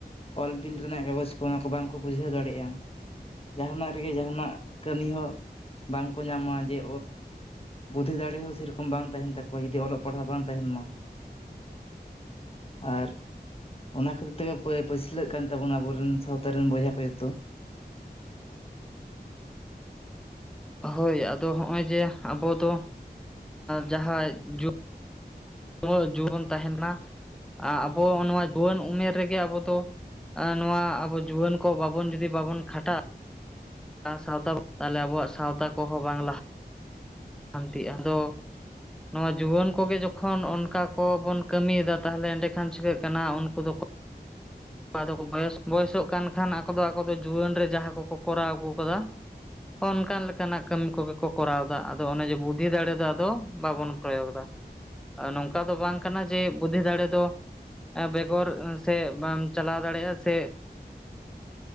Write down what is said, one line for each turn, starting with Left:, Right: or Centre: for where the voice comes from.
Left: ᱚᱞ ᱵᱤᱞ ᱨᱮᱱᱟᱜ ᱠᱟᱜᱚᱡᱽ ᱠᱚ ᱢᱟ ᱠᱚ ᱵᱟᱝᱠᱚ ᱵᱩᱡᱷᱟᱹᱣ ᱫᱟᱲᱮᱭᱟᱜᱼᱟ᱾ ᱡᱟᱦᱟᱱᱟᱜ ᱨᱮᱜᱮ ᱡᱟᱦᱟᱱᱟᱜ ᱠᱟᱹᱢᱤ ᱦᱚᱸ ᱵᱟᱝᱠᱚ ᱧᱟᱢᱟ ᱡᱮ ᱵᱩᱫᱽᱫᱷᱤ ᱫᱟᱲᱮ ᱦᱚᱸ ᱥᱮᱨᱚᱠᱚᱢ ᱵᱟᱝ ᱛᱟᱦᱮᱱ ᱛᱟᱠᱚᱣᱟ᱾ ᱚᱠᱚᱭ ᱡᱩᱫᱤ ᱚᱞᱚᱜ ᱯᱟᱲᱦᱟᱣ ᱵᱟᱝ ᱛᱟᱦᱮᱱ ᱢᱟ ᱟᱨ ᱚᱱᱟ ᱠᱷᱟᱹᱛᱤᱨ ᱛᱮᱜᱮ ᱯᱟᱹᱪᱞᱟᱹᱜ ᱠᱟᱱ ᱛᱟᱵᱚᱱᱟ ᱟᱵᱚ ᱨᱮᱱ ᱥᱟᱶᱛᱟ ᱨᱮᱱ ᱵᱚᱭᱦᱟ ᱠᱚ ᱡᱚᱛᱚ᱾
Centre: <inaudible> ᱦᱳᱭ ᱟᱫᱚ ᱦᱚᱸᱜ-ᱚᱭ ᱡᱮ ᱟᱵᱚ ᱫᱚ ᱡᱟᱦᱟᱸᱭ ᱱᱚᱣᱟ ᱡᱩᱣ ᱵᱚᱱ ᱛᱟᱦᱮᱱᱟ ᱟᱵᱚ ᱱᱚᱣᱟ ᱡᱩᱣᱟᱹᱱ ᱩᱢᱮᱨ ᱨᱮᱜᱮ ᱟᱵᱚ ᱫᱚ ᱱᱚᱣᱟ ᱟᱵᱚ ᱡᱩᱣᱟᱹᱱ ᱠᱚ ᱵᱟᱵᱚᱱ ᱡᱩᱫᱤ ᱵᱟᱵᱚᱱ ᱠᱷᱟᱴᱟᱜ ᱥᱟᱶᱛᱟ ᱛᱟᱦᱚᱞᱮ ᱟᱵᱚᱣᱟᱜ ᱥᱟᱶᱛᱟ ᱠᱚᱦᱚᱸ ᱵᱟᱝ ᱞᱟᱦᱟ ᱦᱟᱱᱛᱤᱜ ᱟᱫᱚ ᱱᱚᱣᱟ ᱡᱩᱣᱟᱹᱱ ᱠᱚᱜᱮ ᱡᱚᱠᱷᱚᱱ ᱚᱱᱠᱟ ᱠᱚᱵᱚᱱ ᱠᱟᱹᱢᱤᱭᱮᱫᱟ ᱛᱟᱦᱚᱞᱮ ᱮᱸᱰᱮᱠᱷᱟᱱ ᱪᱤᱠᱟᱹᱜ ᱠᱟᱱᱟ ᱩᱱᱠᱩ ᱫᱚᱠᱚ <inaudible> ᱟᱫᱚ ᱠᱚ ᱵᱚᱭᱮᱥᱚᱜ ᱠᱟᱱ ᱠᱷᱟᱱ ᱟᱠᱚ ᱫᱚ ᱟᱠᱚ ᱫᱚ ᱡᱩᱣᱟᱹᱱ ᱨᱮ ᱡᱟᱦᱟᱸ ᱠᱚᱠᱚ ᱠᱚᱨᱟᱣ ᱟᱹᱜᱩ ᱠᱟᱫᱟ, ᱚᱱᱠᱟᱱ ᱞᱮᱠᱟᱱᱟᱜ ᱠᱟᱹᱢᱤ ᱠᱚᱜᱮ ᱠᱚ ᱠᱚᱨᱟᱣᱫᱟ ᱟᱫᱚ ᱟᱫᱚ ᱚᱱᱮ ᱡᱮ ᱵᱩᱫᱽᱫᱷᱤ ᱫᱟᱲᱮ ᱫᱚ ᱟᱫᱚ ᱵᱟᱵᱚᱱ ᱯᱨᱚᱭᱳᱜᱽ ᱮᱫᱟ᱾ ᱱᱚᱝᱠᱟ ᱫᱚ ᱵᱟᱝ ᱠᱟᱱᱟ ᱡᱮ ᱵᱩᱫᱽᱫᱷᱤ ᱫᱟᱲᱮ ᱫᱚ ᱵᱮᱜᱚᱨ ᱥᱮ ᱵᱟᱢ ᱪᱟᱞᱟᱣ ᱫᱟᱲᱮᱭᱟᱜ-ᱟ ᱥᱮ